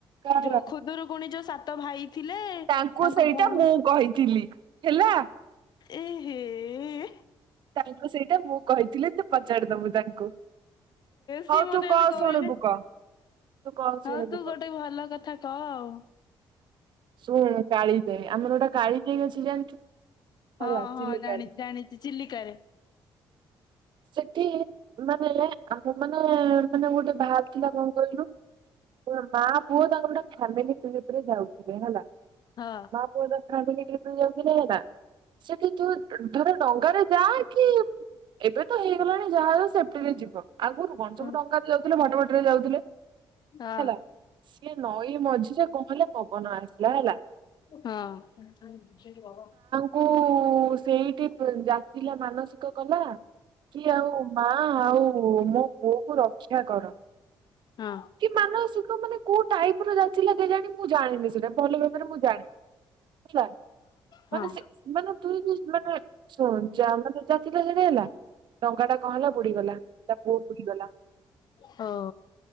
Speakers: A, on the right (about 60°); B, on the left (about 55°).
A: କାର
B: ଯୋଉ ଖୁଦୁରୁକୁଣୀ ଯୋଉ ସାତ ଭାଇ ଥିଲେ।
A: ତାଙ୍କୁ
B: ତାଙ୍କ
A: ସେଇଟା
B: ଭଉଣୀ
A: ମୁଁ କହିଥିଲି ହେଲା।
B: ଏହେ ଏ
A: ତାଙ୍କୁ ସେଇଟା ମୁଁ କହିଥିଲି ତୁ ପଚାରି ଦବୁ ତାଙ୍କୁ। ହଉ
B: ସିଏ ମତେ
A: ତୁ କହ
B: ଏମିତି କହିଲେ।
A: ଶୁଣିବୁ କହ। ତୁ କଣ ଶୁଣିବୁ
B: ହଉ ତୁ
A: କହ
B: ଗୋଟେ ଭଲ କଥା କହ ଆଉ।
A: ଶୁଣ କାଳିଜାଇ ଆମର ଗୋଟେ କାଳିଜାଇ ଅଛି ଜାଣିଛୁ। ହେଲା
B: ହଁ
A: ଚିଲିକାରେ।
B: ହଁ ଜାଣିଛି ଜାଣିଛି ଚିଲିକାରେ।
A: ସେଠି ମାନେ ଆମ ମାନେ ମାନେ ଗୋଟେ ବାହାର ଥିଲା କଣ କହିଲୁ। ମା ପୁଅ ତାଙ୍କର ଗୋଟେ ଫ୍ୟାମିଲି <unintelligible> ରେ ଯାଉଥିଲେ ହେଲା।
B: ହଁ
A: ମା ପୁଅ ଫାମିଲି ଟ୍ରିପରେ ଯାଉଥିଲେ ହେଲା ସେଠି। ତୁ ଧର ଡଙ୍ଗାରେ ଯା କି ଏବେ ତ ହେଇଗଲାଣି ଯାହାଜ ସେପଟିରେ ଯିବ। ଆଗରୁ କଣ ସବୁ
B: ହଁ
A: ଡଙ୍ଗା ଦେଇ ଯାଉଥିଲେ ଭଟ ଭଟରେ ଯାଉଥିଲେ
B: ହଁ
A: ହେଲା। ସିଏ ନଈ ମଝିରେ କଣ ହେଲା ପବନ ଆସିଲା ହେଲା।
B: ହଁ <unintelligible>
A: କୁ ସେଇଠି ଯାଚିଲା ମାନସିକ କଲା। କି ଆଉ ମା ଆଉ ମୋ ପୁଅକୁ ରକ୍ଷା କର।
B: ହଁ
A: କି ମାନସିକ ମାନେ କୋଉ ଟାଇପର ଯାଚିଲା କେଜାଣି ମୁଁ ଜାଣିନି ସେଟା। ଭଲ ଭାବରେ ମୁଁ ଜାଣିନି ହେଲା
B: ହଁ
A: ମାନେ ସେ ମାନେ ତୁଇ କି ମାନେ ଶୁଣ ଯା ମାନେ <unintelligible> ସେଟା ହେଲା। ଟଙ୍କା ଟା କଣ ହେଲା ବୁଡିଗଲା ତା ପୁଅ ବୁଡିଗଲା।
B: ହଁ ଓ